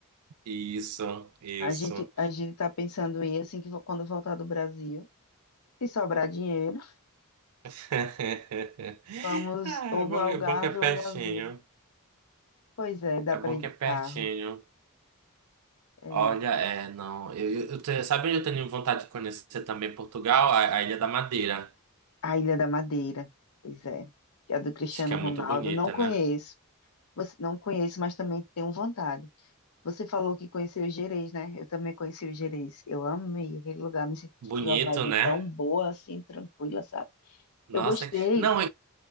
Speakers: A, on the right; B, on the left.
A: Isso, isso.
B: A gente, a gente tá pensando em assim que vo- quando voltar do Brasil, se sobrar dinheiro,
A: <laughs>
B: vamos
A: Ah,
B: ou
A: é bom,
B: no Algarve
A: é bom que é pertinho.
B: ou em Aveiro. Pois é, dá
A: É
B: para
A: bom
B: ir
A: que
B: de
A: é pertinho.
B: carro. É.
A: Olha, é, não. Eu, eu, eu tenho- sabe onde eu tenho vontade de conhecer também Portugal? A, a Ilha da Madeira.
B: A Ilha da Madeira, pois é. É do Cristiano
A: Acho que é
B: Ronaldo.
A: muito bonita,
B: Não conheço.
A: né?
B: Você não conheço, mas também tenho vontade. Você falou que conheceu o Gerês, né? Eu também conheci o Gerês. Eu amei aquele lugar, me senti
A: Bonito,
B: uma vibe
A: né?
B: tão boa, assim, tranquila, sabe?
A: Nossa.
B: Eu gostei.
A: Não,